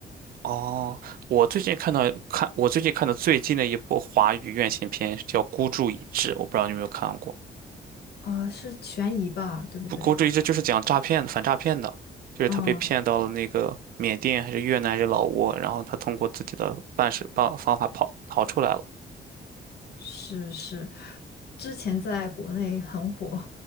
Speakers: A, on the right (about 55°); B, on the left (about 70°).
A: 哦，我最近看到看我最近看的最近的一部华语院线片叫《孤注一掷》，我不知道你有没有看过。
B: 啊，是悬疑吧，对不对？
A: 不，国际一这就是讲诈骗的，反诈骗的，就是他被骗到了那个缅甸还是越南还是老挝，
B: 嗯，
A: 然后他通过自己的办事办方法跑逃出来了。
B: 是是，之前在国内很火。